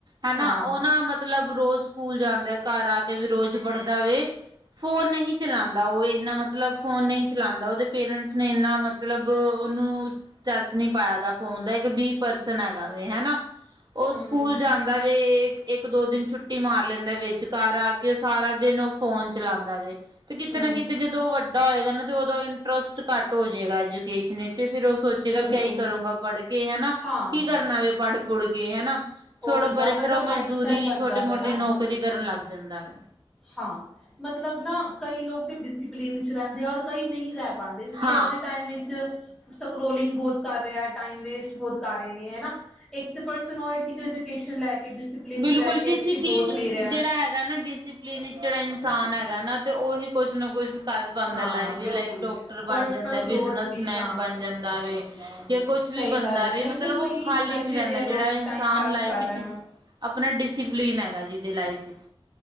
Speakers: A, on the right (about 45°); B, in the centre.
A: ਹਨਾ
B: ਹਾਂ
A: ਉਹ ਨਾ ਮਤਲਬ ਰੋਜ਼ ਸਕੂਲ ਜਾਂਦਾ ਘਰ ਆ ਕੇ ਵੀ ਰੋਜ਼ ਪੜ੍ਹਦਾ ਵੇ। ਫੋਨ ਨਹੀਂ ਚਲਾਉਂਦਾ ਉਹ ਇਨਾ ਮਤਲਬ ਫੋਨ ਨਹੀਂ ਚਲਾਉਂਦਾ ਉਹਦੇ ਪੇਰੈਂਟਸ ਨੇ ਇਨਾਂ। ਮਤਲਬ ਉਹਨੂੰ ਚੱਸ ਨੀ ਪਾਇਆ ਗਾ, ਫੋਨ ਦਾ ਇੱਕ ਬੀ ਪਰਸਨ ਹੈਗਾ ਵੇ ਹਨਾ।
B: ਹਮ
A: ਉਹ ਸਕੂਲ ਜਾਂਦਾ ਵੇ। ਇੱਕ ਦੋ ਦਿਨ ਛੁੱਟੀ ਮਾਰ ਲੈਂਦਾ ਵਿਚ ਘਰ ਆ ਕੇ ਉਹ ਸਾਰਾ ਦਿਨ ਉਹ ਫੋਨ ਚਲਾਉਂਦਾ ਵੇ। ਤੇ ਜਿੱਥੇ
B: ਹਮ
A: ਨਾ ਜਿੱਥੇ ਜਦੋਂ ਉਹ ਵੱਡਾ ਹੋਏਗਾ, ਨਾ ਤੇ ਉਦੋਂ। ਟਰੱਸਟ ਘੱਟ ਹੋ ਜੇਗਾ ਐਜੂਕੇਸ਼ਨ ਵਿਚ ਫਿਰ ਉਹ ਸੋਚੇਗਾ
B: ਬਿਲਕੁਲ
A: ਕਿਆ ਕਰੂੰਗਾ ਪੜ੍ਹ ਕੇ ਹਨਾ।
B: ਹਾਂ
A: ਕੀ ਕਰਨਾ ਵੇ ਪੜ ਪੜ੍ਹ ਕੇ ਹਨਾ, ਛੋੜੋ
B: ਉਹੀ
A: ਪਰੇ
B: ਤਾਂ ਮਤਲਬ
A: ਫੇਰ ਉਹ ਮਜ਼ਦੂਰੀ
B: ਮਾਇੰਡ ਸੈਟ ਬਣ
A: ਛੋਟੀ
B: ਜਾਂਦਾ
A: ਮੋਟੀ
B: ਨਾ
A: ਨੌਕਰੀ। ਨੌਕਰੀ ਕਰਨ ਲੱਗ ਜਾਂਦਾ ਵਾ।
B: ਹਾਂ ਮਤਲਬ ਨਾ ਕਈ ਲੋਕ ਤੇ ਡਿਸਿਪਲਿਨ 'ਚ ਰਹਿੰਦੇ ਆ ਔਰ ਕਈ ਨਹੀਂ ਰਹਿੰਦੇ। ਬਣਦੇ ਕਿ
A: ਹਾਂ
B: ਅੱਜ ਦੇ ਟਾਈਮ ਵਿੱਚ। ਸਕਰੋਲਿੰਗ ਬਹੁਤ ਕਰ ਰਿਹਾ, ਟਾਈਮ ਵੇਸਟ ਬਹੁਤ ਕਰ ਰਹੇ ਨੇ ਹਨਾ ਇੱਕ ਤੇ ਪਰਸਨ ਉਹ ਕਿ ਜੇ। ਐਜੂਕੇਸ਼ਨ ਲੈ ਕੇ ਡਿਸਪਲਿਨ
A: ਬਿਲਕੁਲ
B: 'ਚ ਰਹੇ ਕੇ
A: ਡਿਸਿਪਲਿਨ
B: ਅੱਛੀ ਗਰੋਥ ਲੈ ਰਿਹਾ
A: ਜਿਹੜਾ
B: ਹੈ।
A: ਹੈਗਾ ਨਾ ਡਿਸਿਪਲਿਨ ਜਿਹੜਾ ਇਨਸਾਨ ਹੈਗਾ, ਨਾ ਤੇ ਉਹੀ ਕੁਛ ਨਾ ਕੁਛ। ਕਰ ਪਾਉਦਾ
B: ਹਾਂ
A: ਲਾਈਫ
B: ਬਿਲਕੁਲ
A: ਲਾਈਕ ਡਾਕਟਰ
B: ਪਰਸਨਲ
A: ਬਣ ਜਾਂਦਾ ਹੈ,
B: ਗਰੋਥ
A: ਬਿਜ਼ਨਸ
B: ਵੀ
A: ਮੈਨ
B: ਹਾਂ
A: ਬਣ ਜਾਂਦਾ ਵੇ। ਕੁਛ ਵੀ
B: ਸਹੀ
A: ਬਣਦਾ
B: ਗੱਲ ਹੈ
A: ਵੇ
B: ਨਹੀਂ
A: ਮਤਲਬ
B: ਤਾਂ ਫ੍ਰਰੀ
A: ਉਹ ਖਾਲੀ
B: ਚ ਬੈਠੇ
A: ਨੀ ਰਹਿੰਦਾ
B: ਦੇ ਆ
A: ਜਿਹੜਾ
B: ਲੋਕ
A: ਇਨਸਾਨ
B: ਟਾਈਮ ਪਾਸ
A: ਲਾਈਫ।
B: ਕਰ
A: ਵਿੱਚ
B: ਰਹੇ ਆ।
A: ਆਪਣਾ ਡਿਸਸੀਪਲੀਨ ਹੈਗਾ, ਜਿਹਦੇ ਲਾਈਫ ਵਿੱਚ